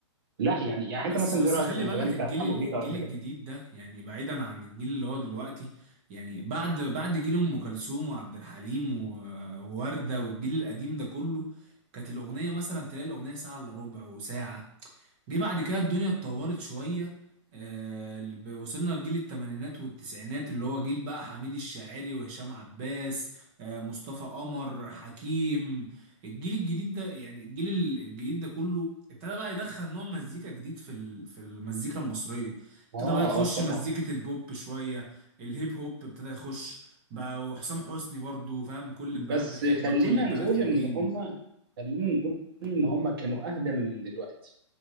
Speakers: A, on the right; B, on the right.
A: لا يعني يعني
B: بس
A: أنت مثلا
B: بس
A: إيه رأيك
B: خلي
A: في الأغاني
B: بالك الجيل
A: بتاعت حمو
B: ال-
A: بيكا
B: الجيل
A: والحاجات
B: الجديد
A: دي؟
B: ده يعني بعيدا عن الجيل اللي هو دلوقتي يعني بعد بعد جيل أم كلثوم وعبد الحليم و- ووردة والجيل القديم ده كله كانت الأغنية مثلا تلاقي الأغنية ساعة إلا ربع وساعة جه بعد كده الدنيا اتطورت شوية آه، ب- وصلنا لجيل التمانينات والتسعينات اللي هو جيل بقى حميد الشاعري وهشام عباس آه، مصطفى قمر حكيم الجيل الجديد ده يعني الجيل ال- الجديد ده كله ابتدى بقى يدخل نوع مزيكا جديد في ال- في المزيكا المصرية ابتدى
A: اه
B: بقى تخش
A: اه طبعا
B: مزيكة البوب شوية الهيب هوب ابتدى يخش بقى وحسام حسني برضو فاهم كل
A: بس
B: البنات بتحبك
A: خلينا
B: كل البنات
A: نقول
B: حلوين
A: إن هما خلينا نقول إن هما كانوا أهدى من دلوقتي